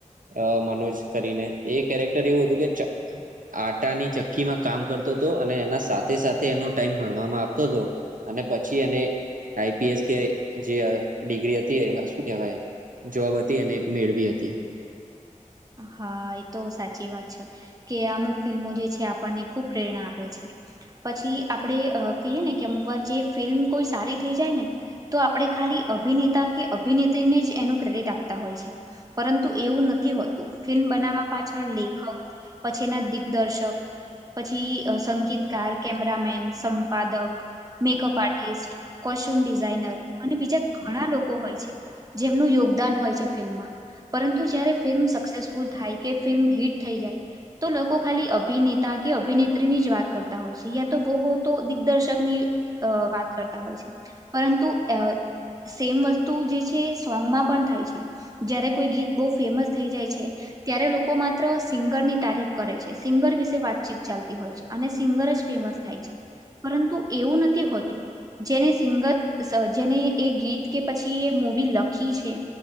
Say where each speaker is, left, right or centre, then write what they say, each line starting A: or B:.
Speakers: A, on the right (about 85°); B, on the right (about 25°).
A: અ મનોજ કરીને, એ કેરેક્ટર એવું હતું કે આટાની ચક્કી માં કામ કરતો હતો, અને એના સાથે સાથે એનો ટાઈમ ભણવામાં આપતો હતો. અને પછી એ આઈપીએસ કે જે ડિગ્રી હતી એ શું કેવાય જોબ હતી અને એ મેળવી હતી.
B: હા એ તો સાચી વાત છે. કે અમુક ફિલ્મો જે છે આપણને ખૂબ પ્રેરણા આપે છે. પછી આપણે અ કહીએ ને કે અમુક વાર ફિલ્મ કોઈ સારી થઈ જાય ને તો આપણે ખાલી અભિનેતા કે અભિનેત્રીને જ એનું ક્રેડિટ આપતા હોય છે. પરંતુ એવું નથી હોત ફિલ્મ બનાવવા પાછળ લેખક પછી એના દિગ્દર્શક પછી સંગીતકાર કેમેરામેન સંપાદક મેકઅપ આર્ટિસ્ટ, કોસ્ટ્યુમ ડિઝઇનર અને બીજા ઘણા લોકો હોય છે. જેમનું યોગદાન હોય છે ફિલ્મમાં. પરંતુ જયારે ફિલ્મ સક્સેસફુલ થાય, કે ફિલ્મ હિટ થઈ જાય તો લોકો ખાલી અભિનેતા કે અભિનેત્રી ની જ વાત કરતા હોય છે. યા તો બહુ બહુ તો દિગ્દર્શકની અ વાત કરતા હોય છે. પરંતુ અ સેમ વસ્તુ જે છે એ સોંગમાં પણ થાય છે. જયારે કોઈ ગીત બહુ ફેમસ થઈ જાય છે. છે, ત્યારે લોકો માત્ર સિંગરની તારીફ કરે છે. સિંગર વિશે વાતચીત ચાલતી હોય છે. અને સિંગર જ ફેમસ થાય છે. પરંતુ એવું નથી હોતું. જેને સિંગર સ જેણે એ ગીત કે પછી એ મૂવી લખી છે.